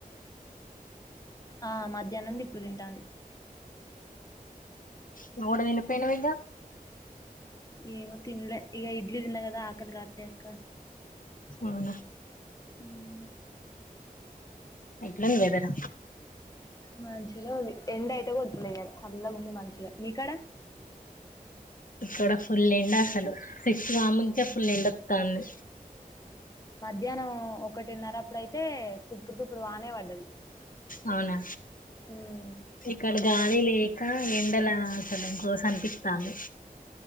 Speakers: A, on the left; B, on the left.
A: ఆ మ ధ్యానంది ఇప్పుడు తింటాంది
B: నువ్వుకూడా తిన పోయినవ్ ఇగ
A: ఏమో తిన్లే ఈక ఇడ్లీ తిన్నగద ఆకలి కాట్లే అక్క
B: అవునా
A: ఉమ్
B: ఎట్లుంది వెదర్
A: మంచిగానే ఉంది ఎండ ఐతే కొడతలె ఇయ్యాల సల్లగుంది మంచిగ మీకాడా
B: ఇక్కడా ఫుల్ ఎండా అసలు సిక్స్ కాముందే
A: అవునా
B: ఫుల్ ఎండత్తాంది.
A: ధ్యాహ్నం ఒకటిన్నర అప్పుడైతే తుప్పురు తుప్పురు వానే పడ్డది.
B: అవునా
A: ఉమ్
B: ఇక్కడ గాలి లే కా ఎండలా అసలు గోస అనిపిత్తంది.